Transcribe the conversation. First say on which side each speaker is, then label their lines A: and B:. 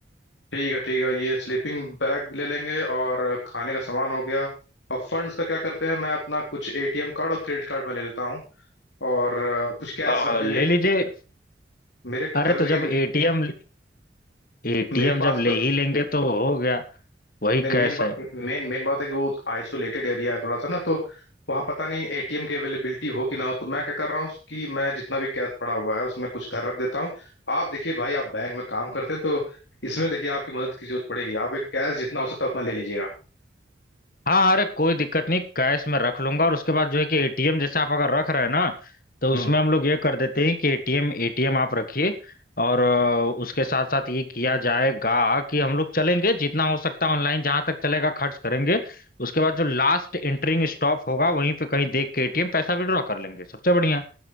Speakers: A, on the left; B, on the left.
A: ठीक है ठीक है ये स्लीपिंग बैग ले लेंगे और खाने का सामान हो गया अब फंड्स का क्या करते हैं मैं अपना कुछ एटीएम कार्ड और क्रेडिट कार्ड में ले लेता हूँ और अ, कुछ कैश
B: अ,
A: रख लेंगे
B: ले लीजिए
A: मेरे
B: अरे
A: घर
B: तो
A: में देखिए
B: जब
A: मुझे-
B: एटीएम एटीएम
A: मेरे पास
B: जब ले
A: तो
B: ही लेंगे तो वो हो गया वही
A: नहीं
B: कैश
A: मेन
B: है
A: मेन मेन बात है कि वो आइसोलेटेड एरिया है थोड़ा सा ना तो वहाँ पता नहीं एटीएम की अवेलेबिलिटी हो कि ना हो तो मैं क्या कर रहा हूँ कि मैं जितना भी कैश पड़ा हुआ है उसमें कुछ घर रख देता हूँ आप देखिए भाई आप बैंक में काम करते हैं तो इसमें देखिए आपकी मदद की जरूरत पड़ेगी आप एक कैश जितना हो सकता है उतना ले लीजिएगा
B: हाँ अरे कोई दिक्कत नहीं कैश में रख लूंगा और उसके बाद जो है कि एटीएम जैसे आप अगर रख रहे हैं ना तो उसमें
A: हम्म
B: हम लोग ये कर देते हैं कि एटीएम एटीएम आप रखिए और अ, उसके साथ साथ ये किया जाएगा कि हम लोग चलेंगे जितना हो सकता है ऑनलाइन जहां तक चलेगा खर्च करेंगे उसके बाद जो लास्ट एंटरिंग स्टॉप होगा वहीं पे कहीं देख के एटीएम पैसा विड्रॉ कर लेंगे सबसे बढ़िया